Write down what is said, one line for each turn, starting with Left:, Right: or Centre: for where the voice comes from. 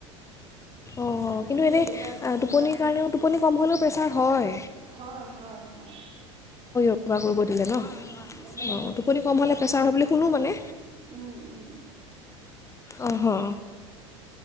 Left: অঁ
Right: খালি
Left: কিন্তু
Right: সেই
Left: এনেই
Right: য়োগা
Left: টোপনিৰ
Right: চিয়োগা কৰিব
Left: কাৰণেও,
Right: দিলে।
Left: টোপনি কম হলেও প্ৰেছাৰ হয়
Right: হয় হয় হয়
Left: কিবা কৰিব দিলে ন
Right: ও, মানে
Left: অঁ
Right: মেডিটেশ্যন
Left: টোপনি কম
Right: কিবা
Left: হ'লে
Right: কিবি
Left: প্ৰেছাৰ
Right: কৰিব
Left: হয় বুলি শুনো
Right: দিলে।
Left: মানে
Right: উম উম।
Left: উমহু
Right: সেয়া।